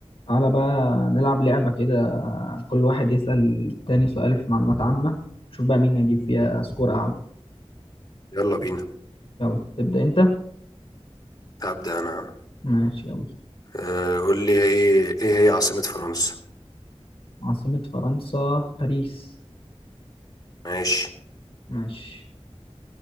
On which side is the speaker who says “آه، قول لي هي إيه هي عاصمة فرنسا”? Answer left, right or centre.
Left